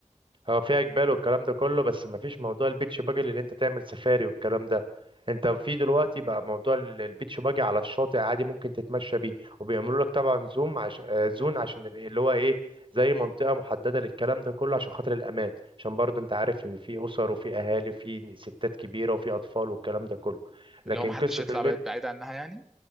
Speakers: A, on the right (about 40°); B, in the centre.
A: هو فيها جبال والكلام ده كله بس مفيش موضوع البيتش باجي اللي انت تعمل سفاري والكلام ده انت في دلوقتي بقى موضوع ال- البيتش باجي على الشاطئ عادي ممكن تتمشى بيه وبيعملوا لك طبعا زوم عشان آه، زون عشان ال- اللي هو ايه زي منطقة محددة للكلام ده كله عشان خاطر الأمان عشان برضه انت عارف ان في أسر وفي أهالي وفي ستات كبيرة وفي أطفال والكلام ده كله لكن
B: اللي هو محدش
A: قصة
B: يطلع
A: اللي
B: بعيد بعيد عنها يعني